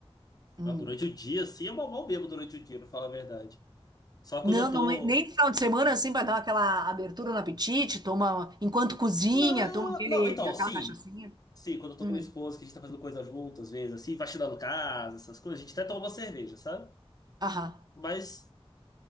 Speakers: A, on the right (about 45°); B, on the left (about 40°).
A: Hum.
B: Mas durante o dia, assim, eu mal mal bebo durante o dia, pra falar a verdade. Só
A: Não,
B: quando eu tô.
A: não, nem nem no final de semana assim para dar aquela abertura no apetite, toma enquanto cozinha,
B: Não,
A: toma aquele,
B: não, então,
A: aquela
B: sim.
A: cachaçinha.
B: Sim, quando eu tô
A: Hum.
B: com minha esposa, que a gente tá fazendo coisa junto, às vezes, assim, faxinando casa, essas coisas, a gente até toma uma cerveja, sabe?
A: Aham.
B: Mas,